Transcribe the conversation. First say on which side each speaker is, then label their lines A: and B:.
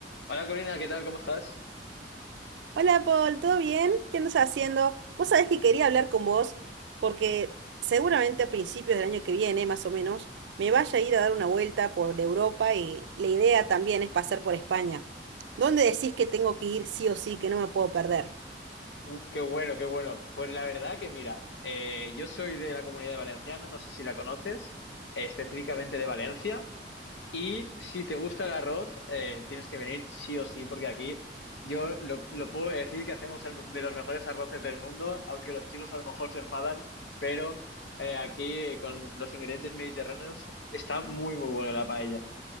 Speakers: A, on the left; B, on the right.
A: Hola Corina, ¿qué tal? ¿Cómo estás?
B: Hola Paul, ¿todo bien? ¿Qué andas haciendo? Vos sabés que quería hablar con vos porque seguramente a principios del año que viene, más o menos, me vaya a ir a dar una vuelta por Europa y la idea también es pasar por España. ¿Dónde decís que tengo que ir sí o sí, que no me puedo perder?
A: Uh, qué bueno, qué bueno. Pues la verdad que mira, eh, yo soy de la Comunidad Valenciana, no sé si la conoces, eh, específicamente de Valencia, y si te gusta el arroz, eh, tienes que venir sí o sí, porque aquí yo lo, lo puedo decir que hacemos el- de los mejores arroces del mundo, aunque los chinos a lo mejor se enfadan, pero eh, aquí eh, con los ingredientes mediterráneos está muy, muy bueno la paella.